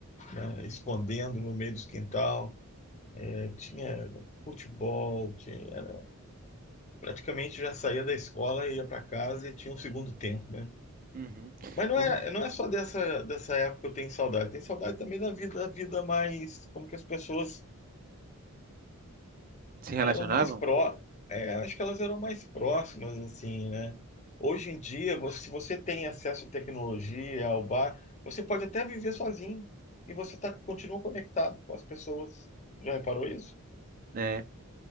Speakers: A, on the left; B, on the right.
A: né, escondendo no meio dos quintal. É, tinha futebol, tinha, era- praticamente já saía da escola, ia para casa e tinha um segundo tempo, né?
B: Uhum.
A: Mas não
B: Por-
A: é, não é só dessa, dessa época que eu tenho saudade. Tem saudade também da vida, da vida mais, como que as pessoas
B: Se relacionavam?
A: eram mais pró, é, acho que elas eram mais próximas, assim, né? Hoje em dia, você- se você tem acesso à tecnologia, ao bar, você pode até viver sozinho e você tá, continua conectado com as pessoas. Já reparou isso?
B: né?